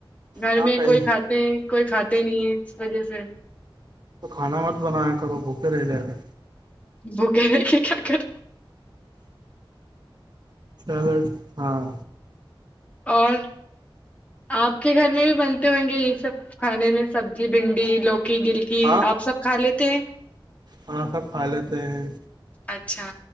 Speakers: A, on the left (about 15°); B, on the right (about 50°).
A: گھر
B: ہاں
A: میں
B: کئی
A: کوئی کھاتے ہیں کوئی کھاتے نہیں ہے اس وجہ سے
B: کھانا مت بنایا کرو بھکے رہے لےے
A: بھوکے ل کہ کیا کر
B: چلو ہاں
A: اور آپ کے گھر میں بھی بنتے ہوئیں گے یہی سب کھانے میں سبزی بھنڈی لوکی گری کہ
B: ہاں
A: آپ سب کھا لیتے ہیں
B: ہاں سب کھا لیتے ہیں
A: اچھا